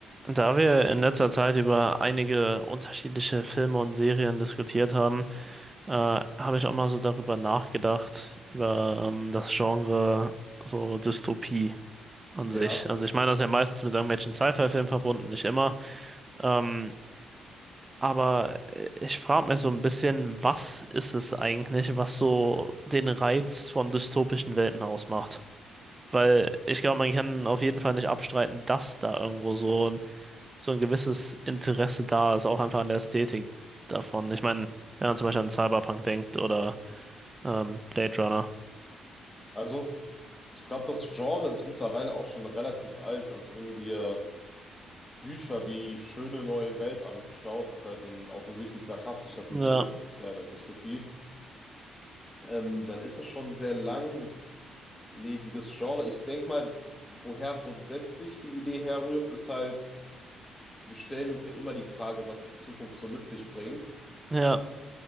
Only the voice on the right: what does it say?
Da wir in letzter Zeit über einige unterschiedliche Filme und Serien diskutiert haben, äh, habe ich auch mal so darüber nachgedacht, über ähm, das Genre so Dystopie an sich.
Also ich meine das ist ja meistens mit irgendwelchen Sci-Fi-Filmen verbunden, nicht immer. Ähm, aber äh, ich frage mich so ein bisschen, was ist es eigentlich, was so den Reiz von dystopischen Welten ausmacht? Weil ich glaube, man kann auf jeden Fall nicht abstreiten, dass da irgendwo so so ein gewisses Interesse da ist, auch einfach an der Ästhetik davon. Ich meine, wenn man zum Beispiel an Cyberpunk denkt oder ähm, Blade Runner.
Ja,
ja,